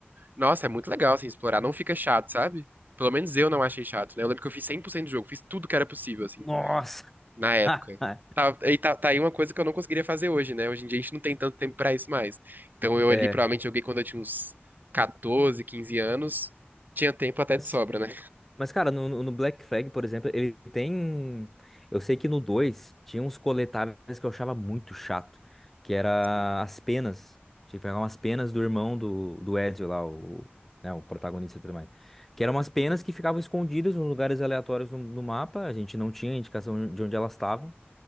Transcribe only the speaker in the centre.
Nossa!
<laughs>
É.
Mas,
mas, cara, no, no no Black Flag, por exemplo, ele tem. Eu sei que no 2 tinha uns coletáveis que eu achava muito chato, que era
as penas. Tinha que pegar umas penas do irmão do, do Ezio lá, o, né, o protagonista e tudo mais. Que eram umas penas que ficavam escondidas em lugares aleatórios no, no mapa, a gente não tinha indicação de onde elas estavam.